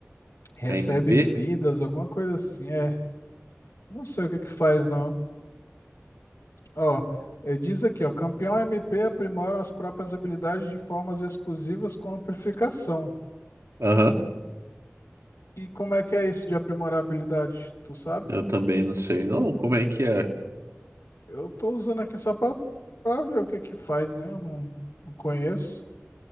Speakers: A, on the left (about 80°); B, on the right (about 75°).
A: Recebe
B: A M P,
A: vidas, alguma coisa assim, é. Não sei o que que faz, não. Ó, eh, diz aqui, ó, campeão MP aprimora as próprias habilidades de formas exclusivas com amplificação.
B: Aham,
A: E como é que é isso de aprimorar a habilidade? Tu sabe?
B: eu também não sei não como é que é.
A: Eu tô usando aqui só pra, pra ver o que que faz, né? Eu não, não conheço.